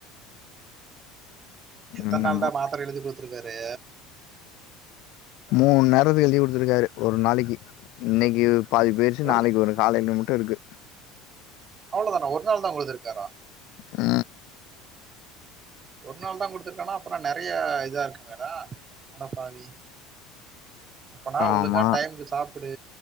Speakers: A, on the right; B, on the left.
A: எத்தன்
B: என்னமோ
A: நாள்தா மாத்தர எழுதி கொடுத்துருக்காரு
B: மூணு நேரத்துக்கு எழுதி கொடுத்துருக்காரு ஒரு நாளைக்கு இன்னைக்கு பாதி பேய்ருச்சு
A: ஒரு
B: நாளைக்கு வரும் காலை இன்னமுட்டு இருக்கு
A: அவ்ளோதானா ஒர் நாள் தான் கொடுத்துருக்காரா
B: ஆ
A: ஒர் நாள் தான் கொடுத்துருக்கானா அப்பறோம் நெறைய இதா இருக்குமேடா அடப்பாவி அப்பனா
B: ஆமா
A: ஒழுங்கா டைமுக்கு சாப்புடு